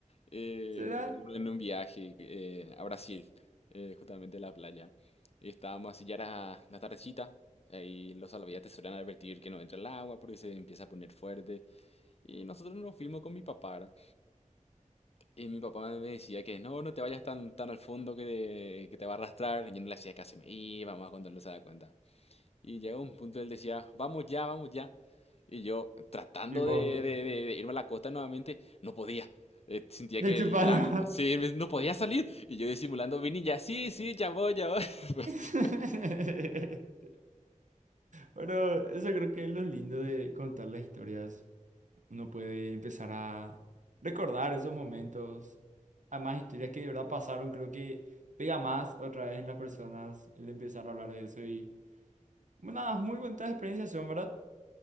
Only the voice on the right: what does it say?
¿Será?
Tipo,
n-
me
chuparon.
<laughs> Pero eso creo que es lo lindo de contar las historias. uno puede empezar a recordar esos momentos. Además, historias que de verdad pasaron, creo que pega más otra vez en las personas el empezar a hablar de eso. Y bueno, nada, muy bonitas experiencias son, ¿verdad?